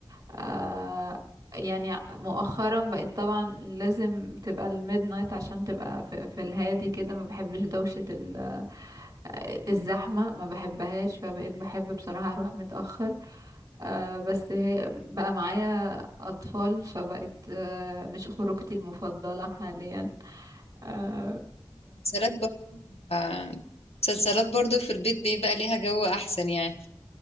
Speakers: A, on the right; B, on the left.
A: آه يعني مؤخرا بقيت طبعا لازم تبقى الميد نايت عشان تبقى في, في الهادي كده ما بحبش دوشة ال- آه، الزحمة ما بحبهاش فبقيت بحب بصراحة اروح متأخر آه بس هي بقى معايا اطفال فبقت آه مش خروجتي المفضلة حاليا آه
B: مسلسلات برضه آه، مسلسلات برضه في البيت بيبقى ليها جو احسن يعني